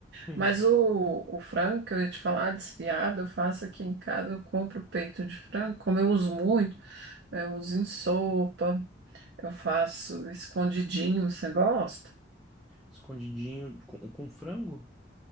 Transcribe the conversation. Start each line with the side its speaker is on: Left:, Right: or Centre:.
Centre: <laughs>
Right: Mas o, o frango que eu ia te falar, desfiado, eu faço aqui em casa, eu compro peito de frango, como eu uso muito, eu uso em sopa, eu faço escondidinho, você gosta?
Centre: Escondidinho com, com frango?